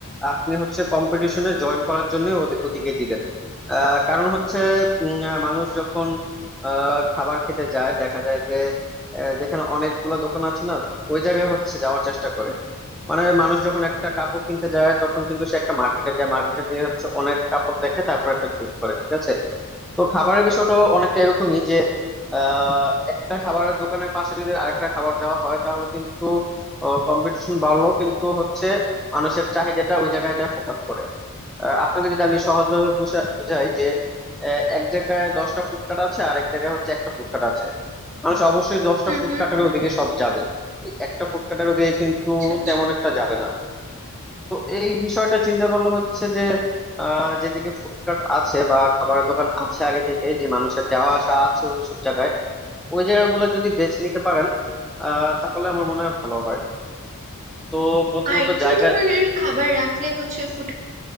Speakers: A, in the centre; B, on the right.
A: আপনি হচ্ছে কম্পিটিশনে জয়েন করার জন্য ওদে- ওদিকে দিবেন আহ, কারণ হচ্ছে উম, আহ, মানুষ যখন আহ, খাবার খেতে যায় দেখা যায় যে আহ, যেখানে অনেকগুলা দোকান আছে না ওই জায়গায় হচ্ছে যাওয়ার চেষ্টা করে মানে মানুষ যখন একটা কাপড় কিনতে যায় তখন কিন্তু সে একটা মার্কেটে যায় মার্কেটে যেয়ে হচ্ছে অনেক কাপড় দেখে তারপর একটা চুজ করে ঠিক আছে তো খাবারের বিষয়টা অনেকটা এরকমই যে আহ, একটা খাবারের দোকানের পাশে যদি আরেকটা খাবার দেওয়া হয় তাহলে কিন্তু কম্পিটিশন বাড়লো কিন্তু হচ্ছে মানুষের চাহিদাটা ওই জায়গায় যা ফোকাস করে আহ, আপনাকে যদি আমি সহজভাবে বুঝা- বুঝাই যে আহ, এক জায়গায় দশটা ফুড কার্ট আছে আর এক জায়গায় হচ্ছে একটা ফুড কার্ট আছে মানুষ অবশ্যই দশটা
B: হুম
A: ফুড
B: হুম
A: কার্টের ওদিকে সব যাবে একটা ফুড কার্টের ওদিকে কিন্তু
B: আচ্ছা আচ্ছা
A: তেমন একটা যাবে না তো এই বিষয়টা চিন্তা করলে হচ্ছে যে আহ, যেদিকে ফুডকার্ট আছে বা খাবারের দোকান আছে আগে থেকে যে মানুষের যাওয়া আসা আছে ওই সব জায়গায় ওই জায়গাগুলো যদি বেছে নিতে পারেন আহ, তাহলে আমার মনে হয় ভালো হয় তো প্রথমত
B: আর কি
A: জায়গা
B: ধরনের খাবার রাখলে হচ্ছে ফুড